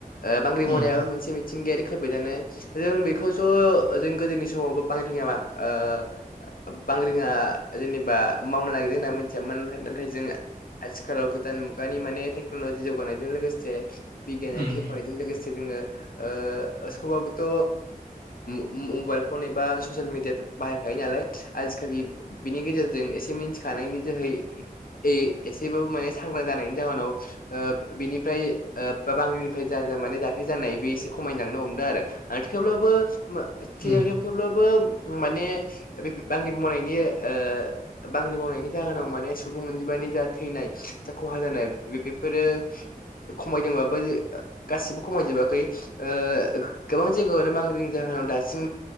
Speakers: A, on the left (about 70°); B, on the right (about 85°).
A: ओ बांग्रि मावनायाबो
B: उम
A: मोनसे मिथिंगायारि खोफैदानो जों बेखौ ज' जों गोदोनि समावबो बांग्रिङा ओ बांग्रिङा जेनेबा मावनो नागिर जोंना मिथियामोन नाथाय जों आथिखालाव गोदान मुनि माने टेक्न'लजि जानाय जों लोगोसे बिगियानारि
B: उम
A: जौफानायजों लोगोसे जोङो ओ सभाबथ' मबाइल फन एबा ससियेल मिडिया बाहायखायो नालाय आजिखालि बिनि गेजेरजों एसे मिन्थिखा खानायनि जोहै एसेबाबो माने सांग्रां जानायनि जाहोनाव ओ बिनिफ्राय ओ बा बांगलिनिफ्राय जा जा माने जाथाय जानाय बे एसे खमायलांनो हमदों आरो। ओ थेवब्लाबो मो <unintelligible> थेवब्लाबो
B: उम
A: माने रिफफ-बांग्रि मावनायनि ओ बांग्रि मावनायनि जोनाव माने सुबुं अनजिमानि थैनाय जा खहा जानाय बेफोरो खमायदोंबो गासिबो खमाय खमायजोबाखै। ओ गोबां जायगायावनो बांग्रिं जाहोनाव दासिम